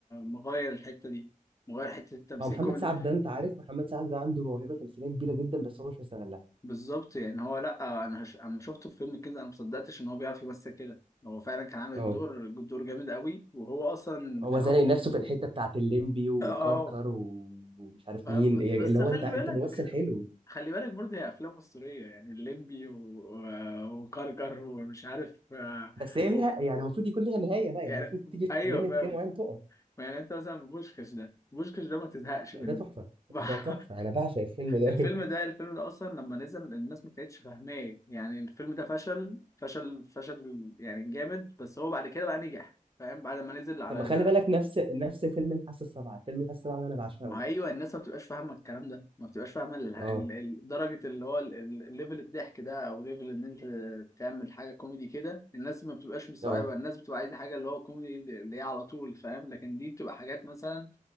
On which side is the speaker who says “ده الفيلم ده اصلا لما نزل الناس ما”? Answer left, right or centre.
Left